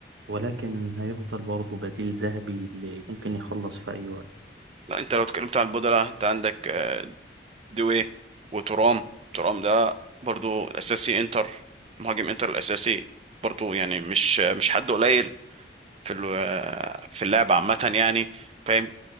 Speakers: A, on the right (about 80°); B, on the right (about 35°).
A: ولكن هيفضل برضه بديل ذهبي اللي ممكن يخلص في أي وقت
B: لا انت لو اتكلمت عن البودلة انت عندك آه، دوي وترام ترام ده برضو الاساسي انتر مهاجم انتر الاساسي برضو يعني مش مش حد قليل في ال- في اللعب عامه يعني فاهم